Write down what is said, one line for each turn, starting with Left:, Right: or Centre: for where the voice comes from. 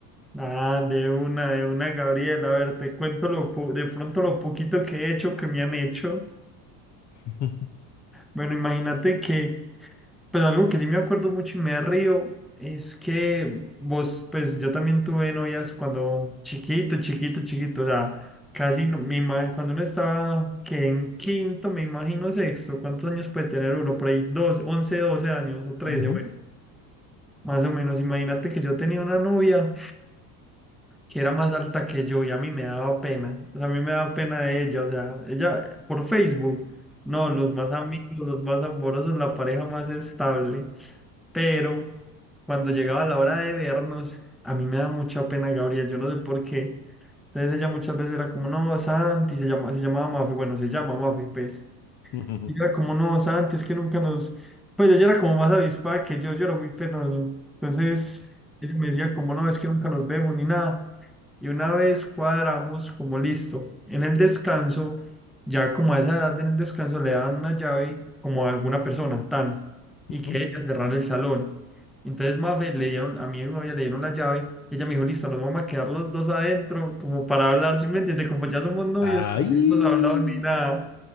Centre: Ah, de una, de una, Gabriel. A ver, te cuento lo po- de pronto lo poquito que he hecho, que me han hecho.
Left: <laughs>
Centre: Bueno, imagínate que Pues algo que sí me acuerdo mucho y me río es que vos, pues yo también tuve novias cuando chiquito, chiquito, chiquito, o sea, casi no, me ma- cuando uno estaba que en quinto, me imagino sexto, ¿cuántos años puede tener uno? Por ahí dos, 11 12 años o trece
Left: Ujú,
Centre: bueno, más o menos. Imagínate que yo tenía una novia que era más alta que yo y a mí me daba pena, o sea, a mí me daba pena de ella, o sea, ella por Facebook, no, los más amigos, los más amorosos, la pareja más estable pero cuando llegaba la hora de vernos, a mí me da mucha pena Gabriel, yo no sé por qué. Entonces ella muchas veces era como, no, Santi, se llama, se llamaba Mafe, bueno, se llama Mafe, pues.
Left: Ujú,
Centre: Y yo era como, no, Santi, es que nunca nos... Pues ella era como más avispada que yo, yo era muy penoso. Entonces, ella me decía como, no, es que nunca nos vemos ni nada. Y una vez cuadramos como listo, en el descanso, ya como a esa edad en el descanso le dan una llave como a alguna persona, tan, y
Left: ujú.
Centre: que ella cerrar el salón. Entonces Mafe le dieron, a mi novia le dieron la llave, y ella me dijo, listo, nos vamos a quedar los dos adentro como para hablar, ¿sí me entiende? Como ya somos novios,
Left: ¡Ay!
Centre: y no hemos hablado ni nada.